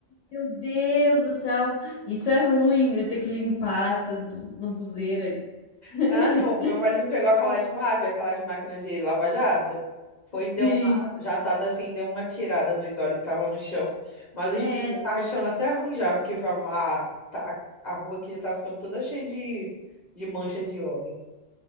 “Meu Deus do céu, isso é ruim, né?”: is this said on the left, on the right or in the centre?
Left